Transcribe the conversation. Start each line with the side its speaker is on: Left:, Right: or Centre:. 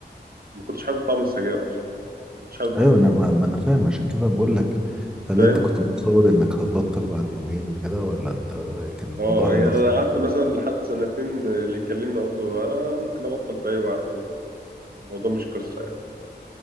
Right: ما كنتش حابب طعم السجاير اصلا ما كنتش حابب ريحتها
Centre: ايوه انا ما ما انا فاهم عشان كده بقول لك هل
Right: فاهم
Centre: انت كنت متصور انك هتبطل بعد يومين وكده ولا انت كان الموضوع
Right: اه
Centre: عامل
Right: يعني
Centre: ازاي
Right: انا قعدت مثلا لحد سنتين اللي يكلمني اقول له انا ممكن ابطل في اي وقت الموضوع مش قصه يعني